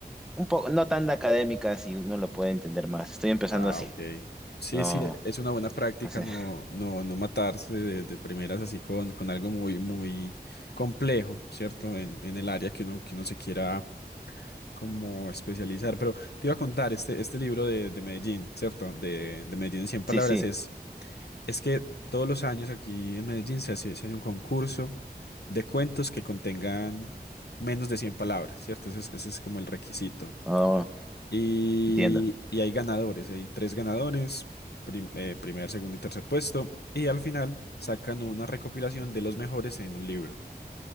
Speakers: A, in the centre; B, on the left (about 80°).
A: un poco, no tan de académica, si uno lo puede entender más. Estoy empezando
B: Ah,
A: así.
B: ok. Sí,
A: No,
B: sí, es una buena práctica
A: pues eh,
B: no,
A: <laughs>
B: no, no matarse de, de primeras así con, con algo muy, muy complejo, ¿cierto? En, en el área que uno, que uno se quiera como especializar. Pero te iba a contar, este, este libro de, de Medellín, ¿cierto? De, de Medellín en 100 palabras,
A: sí, sí.
B: es, es que todos los años aquí en Medellín se hace, se hace un concurso de cuentos que contengan menos de 100 palabras, ¿cierto? Ese es, ese es como el requisito.
A: Oh,
B: Y,
A: entiendo,
B: y hay ganadores, hay tres ganadores, prim- eh, primer, segundo y tercer puesto. Y al final sacan una recopilación de los mejores en un libro.